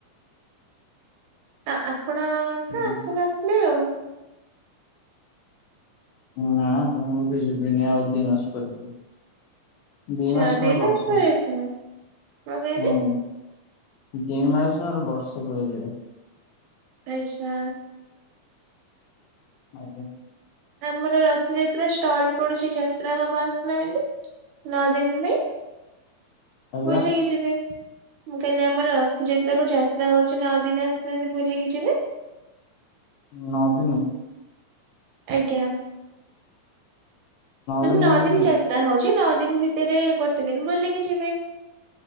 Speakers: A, on the right; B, on the left.
A: ତ ଆପଣ
B: ହୁଁ
A: ତ ଆସୁନଥିଲେ ଆଉ।
B: ନା ମୁଁ ଏବେ ଯିବିିନି ଆଉ ଦିଇ ମାସ ପରେ ଯିବି।
A: ଆଚ୍ଛା
B: ଦୁଇ ମାସ
A: ଦି
B: ନୁହ ବର୍ଷ।
A: <unintelligible> କଣ କହିଲେ
B: ହୁଁ ଦି ମାସଟ ବର୍ଷେ ପରେ ଯିବି।
A: ପଇସା।
B: ଆଜ୍ଞା।
A: ଆମର ରଥଯାତ୍ରା ଷ୍ଟଲ୍ ପଡୁଛି ଯାତ୍ରା <unintelligible> ନଅ ଦିନ ପାଇଁ
B: ଆଜ୍ଞା
A: ବୁଲିକି ଯିବେ। ମୁଁ କହିଲି ଆମର ରଥଯାତ୍ରା କୁ ଯାତ୍ରା ହଉଛି ନଅଦିିନ ଆସୁନାହାନ୍ତି ବୁଲିକି ଯିବେ।
B: ନଅ ଦିନି।
A: ଆଜ୍ଞା ମାନେ
B: ଦିନି
A: ନଅ
B: ବୁଲି
A: ଦିନ ଯ ଯାତ୍ରା ହଉଛି ନଅ ଦିନ ଭିତରେ ଗୋଟେ ଦିନ ବୁଲିକି ଯିବେ।